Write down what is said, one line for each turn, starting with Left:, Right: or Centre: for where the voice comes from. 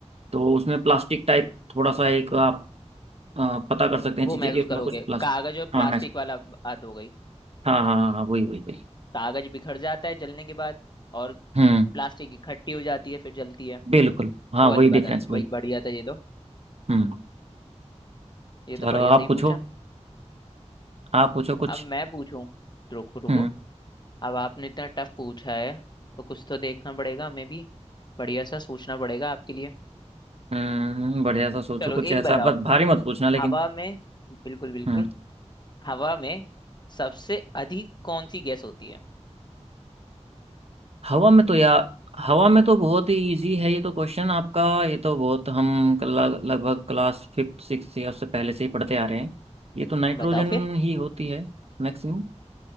Right: तो उसमें प्लास्टिक टाइप थोड़ा सा एक आप अ, पता कर सकते हैं
Left: वो
Right: चीजें
Left: महसूस
Right: कि उसमें
Left: करोगे
Right: कुछ प्लास्टिक
Left: कागज और प्लास्टिक
Right: हाँ मैं
Left: वाला बात हो गई
Right: हाँ हाँ हाँ हाँ, वही वही वही
Left: कागज बिखर जाता है जलने के बाद और
Right: हम्म
Left: प्लास्टिक इकट्ठी हो जाती है फिर जलती है
Right: बिल्कुल हाँ
Left: वो वाली
Right: वही
Left: बात
Right: डिफरेंस
Left: आ गई
Right: वही
Left: भाई बढ़िया था ये तो
Right: हम्म
Left: ये तो
Right: चलो
Left: बढ़िया सही
Right: आप पूछो
Left: पूछा
Right: आप पूछो कुछ
Left: अब मैं पूछूं रुको रुको
Right: हम्म
Left: अब आपने इतना टफ पूछा है तो कुछ तो देखना पड़ेगा हमें भी बढ़िया सा सोचना पड़ेगा आपके लिए
Right: हम्म बढ़िया सा सोचो
Left: चलो
Right: कुछ
Left: एक
Right: ऐसा
Left: बताओ
Right: बस भारी मत पूछना लेकिन
Left: हवा में बिल्कुल बिल्कुल
Right: हम्म
Left: हवा में सबसे अधिक कौन सी गैस होती है
Right: हवा में तो यार हवा में तो बहुत ही इजी है ये तो क्वेश्चन आपका ये तो बहुत हम लग, लगभग क्लास फिफ्थ सिक्स या उससे पहले से ही पढ़ते आ रहे हैं ये तो नाइट्रोजन
Left: बताओ फिर
Right: ही होती है मैक्सिमम